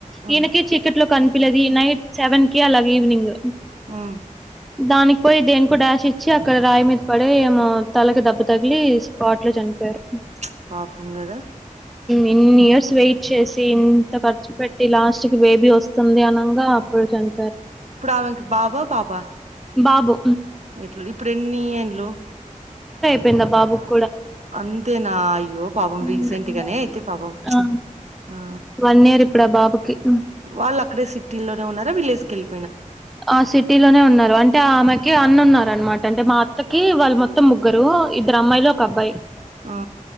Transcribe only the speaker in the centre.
ఈయనకి చికెట్లో కనిపిలేది ఈ నైట్ సెవెన్ కి అలాగే ఈవినింగ్
దానికి పోయి దేనికో డాష్ ఇచ్చి అక్కడ రాయి మీద్ పడే ఏమో తలకి దెబ్బ తగిలి స్పాట్ లో చనిపోయారు
ఇన్ని ఇయర్స్ వెయిట్ చేసి ఇంత ఖర్చు పెట్టి లాస్ట్ కి బేబీ వస్తుంది అనంగా అప్పుడు చన్
బాబు
పెన్న బాబు క్
హ్మ్.
ఆ
వన్ ఇయర్ ఇప్పుడు ఆ బాబుకి హ్మ్.
ఆ సిటీలోనే ఉన్నారు అంటే ఆ ఆమెకి అన్న ఉన్నారు అనమాట అంటే మా అత్తకి వాళ్ళు మొత్తం ముగ్గురు ఇద్దరు అమ్మాయిలు ఒక అబ్బాయి